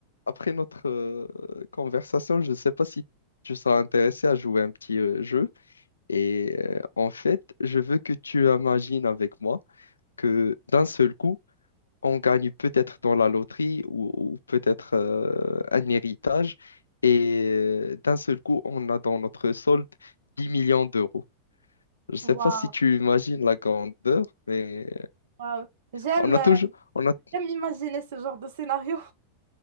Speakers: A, on the left; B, on the right.
A: Après notre euh, conversation, je ne sais pas si tu seras intéressé à jouer un petit euh, jeu. Et euh, en fait, je veux que tu imagines avec moi que d'un seul coup, on gagne peut-être dans la loterie ou, ou peut-être euh, un héritage. Et euh, d'un seul coup, on a dans notre solde 10 millions d'euros. Je ne sais
B: Waouh,
A: pas si tu imagines la grandeur, mais
B: waouh. J'aime,
A: on a
B: euh,
A: toujours... On a...
B: j'aime imaginer ce genre de scénario.